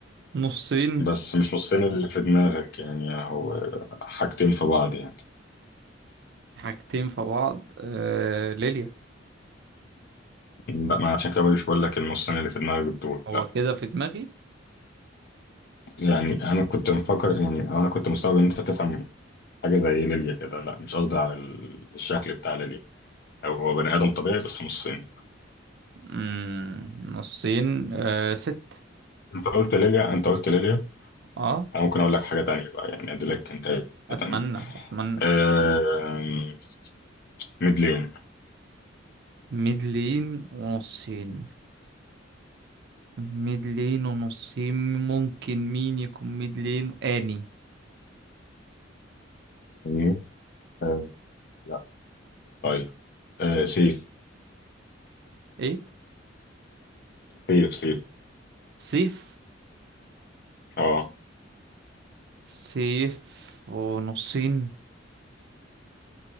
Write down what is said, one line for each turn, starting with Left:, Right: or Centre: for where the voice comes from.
Right: نصين
Left: بس مش نصين اللي في دماغك يعني هو حاجتين في بعض يعني
Right: حاجتين في بعض آه ليليا
Left: لا ما عشان كده مش بقول لك النصين اللي في دماغك دول
Right: هو
Left: لا
Right: كده في دماغي
Left: يعني انا كنت مفكر يعني انا كنت مستوعب ان انت تفهم حاجه زي ليليا كده لا مش قصدي على ال- الشكل بتاع ليليا هو بني ادم طبيعي بس نصين
Right: مم، نصين آه ست
Left: انت قلت ليليا انت قلت ليليا
Right: اه
Left: انا ممكن اقول لك حاجه تانية بقى يعني ادي لك انت
Right: اتمنى
Left: تانية
Right: اتمنى
Left: آه... ميدلين
Right: ميدلين ونصين ميدلين ونصين ممكن مين يكون ميدلين اني
Left: مم. آه... لا طيب آه... سيف
Right: ايه
Left: سيف سيف
Right: سيف
Left: اه
Right: سيف ونصين